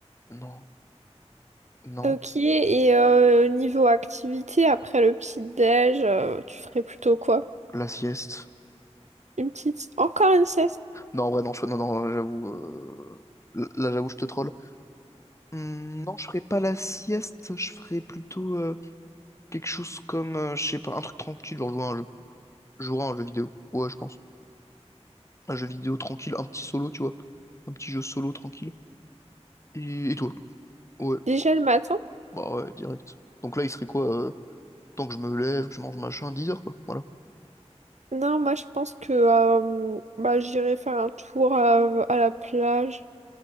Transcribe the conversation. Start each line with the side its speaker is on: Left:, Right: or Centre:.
Left: non, non,
Right: Ok, et euh, niveau activité, après le petit-déj, euh, tu ferais plutôt quoi?
Left: la sieste,
Right: Une petite... Encore une sieste?
Left: non, en vrai, non, je- non, non, j'avoue, euh, là, j'avoue, je te troll. Hmm, non, je ferais pas la sieste, je ferais plutôt euh, quelque chose comme, euh, je sais pas, un truc tranquille, genre jouer à un jeu, jouer à un jeu vidéo, ouais, je pense, un jeu vidéo tranquille, un petit solo, tu vois, un petit jeu solo tranquille, et, et toi? Ouais,
Right: Déjà le matin?
Left: bah ouais, direct. Donc là, il serait quoi? euh, tant que je me lève, que je mange machin, 10 heures, quoi. Voilà.
Right: Non, moi je pense que euh, bah, j'irai faire un tour à, à la plage,